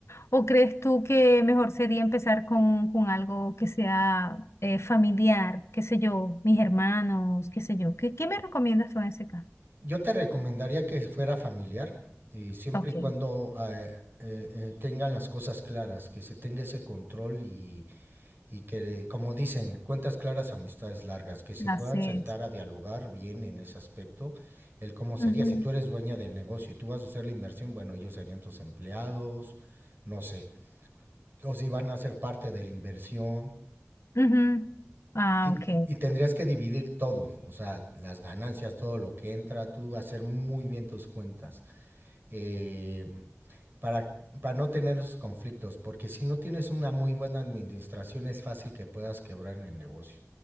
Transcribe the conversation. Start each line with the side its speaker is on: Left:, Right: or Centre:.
Left: ¿O crees tú que mejor sería empezar con, con algo que sea eh, familiar, qué sé yo, mis hermanos, qué sé yo? ¿Qué, qué me recomiendas tú en ese caso?
Right: Yo te recomendaría que fuera familiar, y siempre
Left: Ok,
Right: y cuando eh, eh, eh, tengan las cosas claras, que se tenga ese control y, y que, como dicen, cuentas claras, amistades largas, que se
Left: haces.
Right: puedan sentar a dialogar bien en ese aspecto, el cómo sería.
Left: Ujú,
Right: Si tú eres dueña del negocio y tú vas a hacer la inversión, bueno, ellos serían tus empleados, no sé, o si van a ser parte de la inversión.
Left: ujú. Ah,
Right: Y,
Left: ok.
Right: y tendrías que dividir todo, o sea, las ganancias, todo lo que entra, tú hacer muy bien tus cuentas. eh, para, para no tener esos conflictos, porque si no tienes una muy buena administración es fácil que puedas quebrar en el negocio.